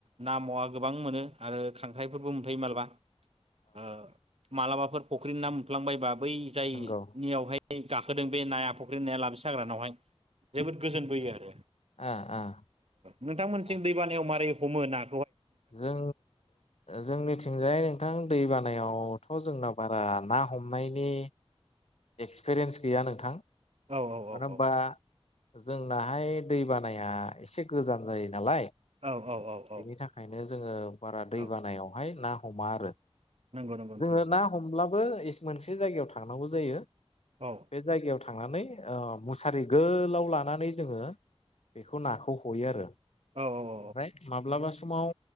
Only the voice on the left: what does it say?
नंगौ
ओ ओ
आदसा
जों जोंनिथिंजाय नोंथां दै बानायावथ' जोंना बारा ना हमनायनि एक्सपिरियेन्स गैया नोंथां।
मानो होबा
जों नाहाय दै बानाया एसे गोजान जायो नालाय।
बेनि थाखायनो जोङो बारा दै
बानायावहाय ना हमा आरो
जोंङो
ना
हमब्लाबो एसे मोनसे जायगायाव थांनांगौ जायो। बे
जायगायाव थां थांनानै ओ मुसारि गोलाव लानानै जोंङो बेखौ नाखौ हयो आरो ओमफ्राय
माब्लाबा स समाव